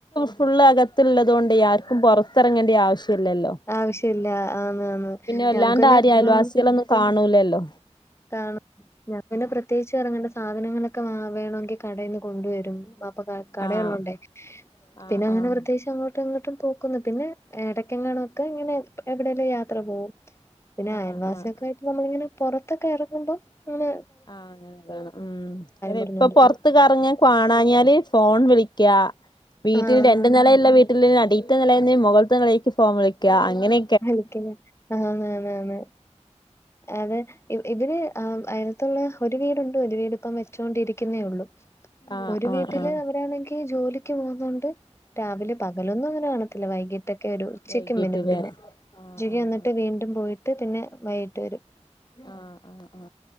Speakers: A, on the left; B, on the left.
A: ഫുൾ അകത്തള്ളതുകൊണ്ട് ആർക്കും പുറത്തിറങ്ങേണ്ട ആവശ്യല്ലല്ലോ
B: ആവശ്യല്ല ആ ആ ന്ന്
A: വല്ലാണ്ട്
B: ഞങ്ങക്ക്ന്നെ
A: ആരെയും അയൽവാസികളൊന്നും
B: ആ
A: കാണൂലല്ലോ
B: കാരണം ഞാൻ പ്രെത്യേകിച്ച് ഇറങ്ങണ്ട സാധനങ്ങളൊക്കെ വ വേണമെങ്കിൽ കടയിൽന്ന് കൊണ്ടുവരും. കടയള്ളൊണ്ടെ
A: ആഹ് ആഹ്
B: പിന്നെ അങ്ങനെ
A: ആഹ്
B: പ്രത്യേകിച്ച് അങ്ങോ എങ്ങോട്ടും പോക്കുന്നു പിന്നെ എടക്കെങ്ങണൊക്കെ ഇങ്ങനെ എവിടെയേലും യാത്ര പോവും പിന്നെ അയൽവാസിക്കെ
A: ആഹ് ആഹ്
B: ആയിട്ട് നമ്മളിങ്ങനെ പുറത്തൊക്കെ ഇറങ്ങുമ്പോ ങ്ങനെ
A: ആഹ് അങ്ങനെ കാണും ഉം അല്ല
B: പറഞ്ഞോണ്ടിരിക്കും.
A: ഇപ്പൊ പുറത് കറങ്ങ് കാണാഞ്ഞാല് ഫോൺ വിളിക്ക വീട്ടന്
B: ആഹ്
A: രണ്ട് നില ഉള്ള വീട്ടിൽടി നലേന്ന് മുഖത്ത് നെലെക്ക് ഫോണ് വിളിക്ക അങ്ങനെ
B: വിളിക്കല് ആ <unintelligible> അത് ഇ ഇവര് ഏഹ് അയലത്തുള്ള ഒരു വീടുണ്ട് ഒരു വീട് ഇപ്പം വെച്ചോണ്ടിരിക്കുന്നേ ഒള്ളു
A: ആഹ്
B: ഒരു
A: ആഹ്
B: വീട്ടില്
A: ആഹ്
B: അവരാണെങ്കി ജോലിക്ക് പോകുന്നോണ്ട് രാവിലെ പകലൊന്നും അങ്ങനെ കാണത്തില്ല വൈകീട്ടൊക്കെ
A: ആഹ്
B: വരോള്ളു ഉച്ചയ്ക്കു
A: വൈകീട്ടില്ലേ
B: വരും പിന്നെ
A: ആഹ്
B: ഉച്ചയ്ക്ക്
A: ആഹ്
B: വന്നിട്ട് വീണ്ട് ണ്ടും പോയിട്ട് പിന്നെ വൈകിട്ട് വരും.
A: ആഹ് ആഹ് ആഹ്